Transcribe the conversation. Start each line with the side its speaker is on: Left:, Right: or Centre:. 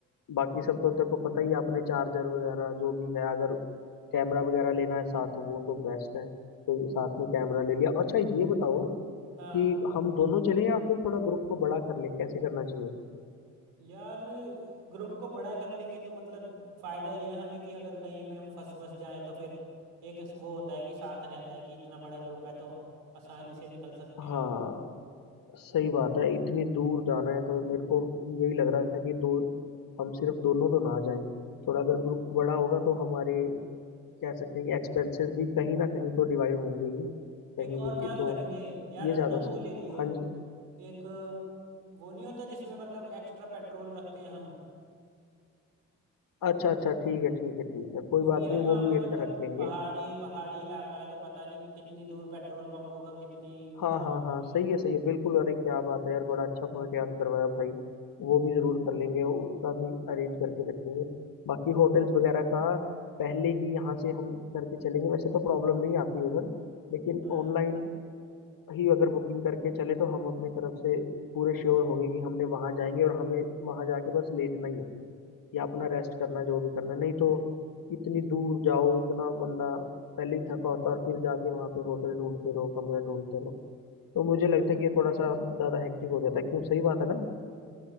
Left: बाकी सब तो तेरे को पता ही है, आपने चार्जर वगैरह जो भी है अगर कैमरा वगैरह लेना है साथ वो तो बेस्ट है तो साथ में कैमरा ले लिया अच्छा ये बताओ
Right: हाँ
Left: कि हम दोनों चलें या फिर थोड़ा ग्रुप को बड़ा कर लें कैसे करना चाहिए
Right: यार ग्रुप को बड़ा कर लेंगे तो मतलब फायदा ये है हमें कि अगर कहीं पे हम फंस फंस जाएं तो फिर एक वो होता है कि साथ रहता है कि इतना बड़ा ग्रुप है तो आसानी से निकल सकते
Left: हाँ
Right: हैं
Left: सही बात है इतनी दूर जाना है तो मेरे को भी यही लग रहा था कि दो हम सिर्फ दोनों तो ना जाएं थोड़ा अगर ग्रुप बड़ा होगा तो हमारे कह सकते हैं कि एक्सपेंसेस भी कहीं ना कहीं तो डिवाइड होंगे ही कहीं
Right: एक
Left: पे
Right: और
Left: भी
Right: काम
Left: तो
Right: करेंगे यार
Left: ये ज़्यादा
Right: तू ना
Left: सही
Right: वो ले
Left: है
Right: लियो
Left: हाँ जी
Right: एक वो नहीं होता जिसमें मतलब एक्स्ट्रा पेट्रोल रखते हैं हम
Left: अच्छा अच्छा ठीक है ठीक है ठीक है कोई
Right: क्योंकि
Left: बात
Right: यार
Left: नहीं
Right: वहाँ
Left: वो
Right: पे
Left: भी
Right: मतलब
Left: एक रख लेंगे
Right: पहाड़ी पहाड़ी इलाका है तो पता नहीं कितनी दूर पेट्रोल पंप होगा कितनी कुछ
Left: हाँ हाँ हाँ
Right: होगा
Left: सही है सही है बिल्कुल अरे क्या बात है यार बड़ा अच्छा पॉइंट याद करवाया भाई वो भी जरूर कर लेंगे और उसका भी अरेंज करके रखेंगे बाकी होटल्स वगैरह का पहले ही यहाँ से हम करके चलेंगे वैसे तो प्रॉब्लम नहीं आती उधर लेकिन
Right: हाँ
Left: ऑनलाइन ही अगर बुकिंग करके चले तो हम अपनी तरफ से पूरे श्योर होंगे कि हमने वहाँ जाएंगे और हमें वहाँ जाके बस लेटना ही है या अपना रेस्ट करना है, जो भी करना है। नहीं तो इतनी दूर जाओ इतना बंदा पहले ही थका होता है और फिर जाके वहाँ पे होटल ढूंढते रहो कमरे ढूंढते रहो तो मुझे लगता है कि ये थोड़ा सा ज़्यादा हेक्टिक हो जाता है क्यों सही बात है ना